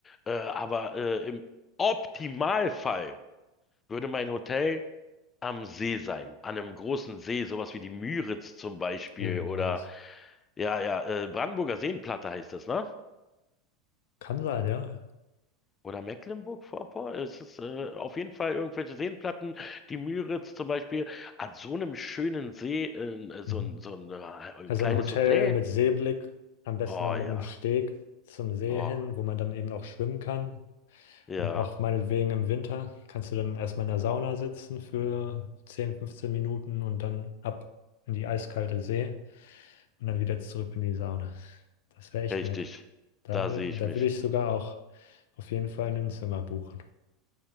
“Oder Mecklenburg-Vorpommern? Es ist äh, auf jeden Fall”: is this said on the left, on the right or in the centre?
Left